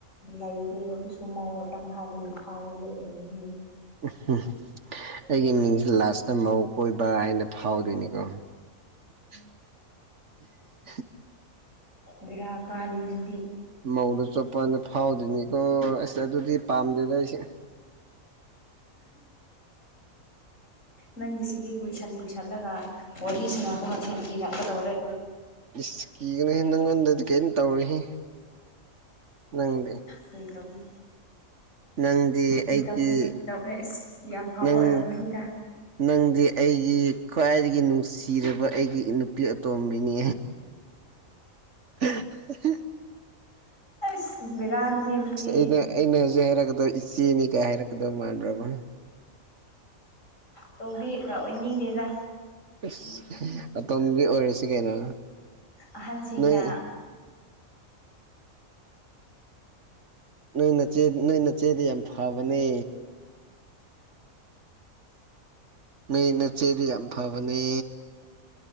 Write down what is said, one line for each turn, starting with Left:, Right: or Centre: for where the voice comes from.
Left: ꯂꯩꯔꯦ ꯑꯗꯨꯁꯨ ꯃꯧ ꯉꯥꯛꯇꯪ ꯍꯥꯏꯕꯒꯤ ꯐꯥꯎꯕꯗꯤ ꯑꯣꯏꯔꯔꯣꯏꯍ
Right: ꯎꯝ ꯑꯩꯒꯤ ꯃꯤꯡꯁꯦ ꯂꯥꯁꯇ ꯃꯧ ꯀꯣꯏꯕ ꯍꯥꯏꯅ ꯐꯥꯎꯗꯣꯏꯅꯤꯀꯣ <inaudible> <unintelligible>
Left: ꯕꯦꯔꯥ ꯀꯥꯅꯤ ꯑꯗꯨꯗꯤ
Right: ꯃꯧꯗꯣ ꯆꯣꯠꯄꯅ ꯐꯥꯎꯗꯣꯏꯅꯤꯀꯣ ꯑꯁ ꯑꯗꯨꯗꯤ ꯄꯥꯝꯗꯦꯗ ꯑꯩꯁꯦ
Left: ꯅꯪꯒꯤ ꯁꯤꯒꯤ ꯀꯨꯏꯁꯟ ꯀꯨꯏꯁꯜꯂꯒ ꯋꯥꯔꯤꯁꯤꯅꯕꯨ ꯉꯁꯦ ꯀꯤꯔꯛꯀꯗꯧꯔꯦ
Right: ꯏꯁ ꯀꯤꯒꯅꯨꯍ ꯅꯪꯉꯣꯟꯗꯗꯤ ꯀꯔꯤꯝ ꯇꯧꯔꯤ ꯅꯪꯗꯤ
Left: ꯐꯪ ꯇꯧꯅꯦ
Right: ꯅꯪꯗꯤ ꯑꯩꯒꯤ
Left: ꯐꯤ ꯇꯧꯕꯅꯦ ꯐꯪꯉ ꯇꯧꯕ꯭ꯔꯦ ꯑꯁ ꯌꯥꯝ ꯐꯥꯎꯕ
Right: ꯅꯪ
Left: ꯑꯣꯏꯔꯝꯒꯅꯤꯗ
Right: ꯅꯪꯗꯤ ꯑꯩꯒꯤ ꯈ꯭ꯋꯥꯏꯗꯒꯤ ꯅꯨꯡꯁꯤꯔꯕ ꯑꯩꯒꯤ ꯅꯨꯄꯤ ꯑꯇꯣꯝꯕꯤꯅꯤ <unintelligible>
Left: ꯁ ꯕꯤꯔꯥꯅꯤꯍꯦ ꯑꯗꯨꯗꯤ
Right: ꯑꯩꯅ ꯑꯩꯅ ꯍꯧꯖꯤꯛ ꯍꯥꯏꯔꯛꯀꯗꯧ ꯏꯆꯦꯅꯤ ꯀꯥꯏ ꯍꯥꯏꯔꯛꯀꯗꯧ ꯃꯥꯟꯕ꯭ꯔꯕ
Left: ꯇꯣꯝꯕꯤ ꯑꯣꯏꯅꯤꯡꯗꯦꯗ
Right: ꯑꯁ ꯑꯇꯣꯝꯕꯤ ꯑꯣꯏꯔꯤꯁꯤ ꯀꯩꯅꯣ
Left: ꯑꯍꯟꯁꯤꯡꯅ
Right: ꯅꯣꯏ ꯅꯣꯏ ꯅꯣꯏꯅꯆꯦꯗꯤ ꯌꯥꯝ ꯐꯕꯅꯦ ꯅꯣꯏ ꯅꯆꯦꯗꯤ ꯌꯥꯝ ꯐꯕꯅꯦ